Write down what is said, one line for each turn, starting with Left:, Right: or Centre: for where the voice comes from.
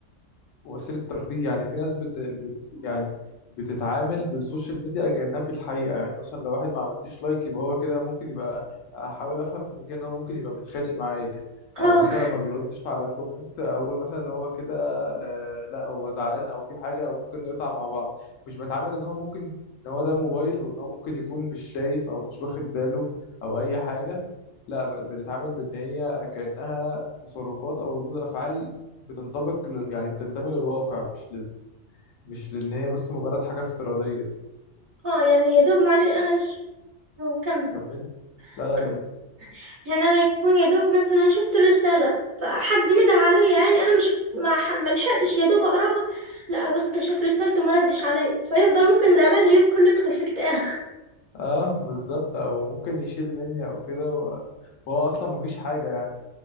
Left: وسيلة ترفيه يعني في ناس بت... بت... يعني بتتعامل بالسوشيال ميديا كأنها في الحقيقة يعني مثلا لو واحد ما عمليش لايك يبقى هو كده ممكن يبقى أحاول أفهم من كده إن هو ممكن يبقى متخانق معايا
Right: اه
Left: أو مثلا ما بيردش على كومنت أقول مثلا إن هو كده آه لا هو زعلان أو في حاجة أو ممكن نقطع مع بعض مش بتعامل إن هو ممكن إن هو ده موبايل وإن هو ممكن يكون مش شايف أو مش واخد باله أو أي حاجة لا ب- بنتعامل بإن هي كأنها تصرفات أو ردود أفعال بتنطبق لل- يعني بتنتمي للواقع مش لل... مش لان هي بس مجرد حاجه افتراضيه
Right: اه يعني يا دوب معلش انا مش هو كمل
Left: فكمل لا لا
Right: آه.
Left: كمل
Right: يعني انا يكون يا دوب مثلا شفت الرساله فحد ندى عليا يعني انا مش ما ح- ما لحقتش يا دوب اقراها لا بس ده شاف رسالته ما ردش عليا فيفضل ممكن زعلان اليوم كله يدخل في اكتئاب
Left: اه بالظبط او ممكن يشيل مني او كده و... وهو اصلا مفيش حاجه يعني